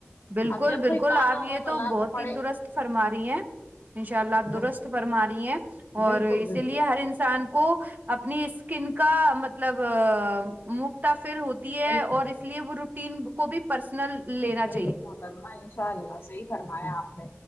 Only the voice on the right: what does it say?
بالکل
بالکل
آپ
یہ تو
بہت
ہی درست فرما رہی ہیں ان شاء اللہ آپ درست
فرما رہی ہیں اور
اسی
لیے
ہر انسان کو اپنی اسکن کا مطلب مکتا پھر ہو ہے
اور اس لیے وہ روٹین کو بھی پرسنل لینا چ